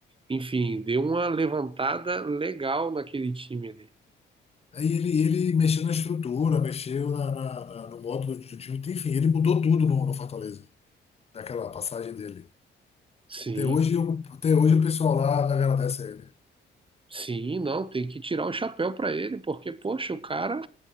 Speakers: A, on the right (about 25°); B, on the left (about 30°).
A: enfim, deu uma levantada legal naquele time ali.
B: Aí ele, ele mexeu na estrutura, mexeu na, na- na- no modo do time, enfim, ele mudou tudo no, no Fortaleza, naquela passagem dele.
A: Sim.
B: Até hoje, eu- até hoje o pessoal lá agradece a ele.
A: Sim, não, tem que tirar o chapéu para ele, porque, poxa, o cara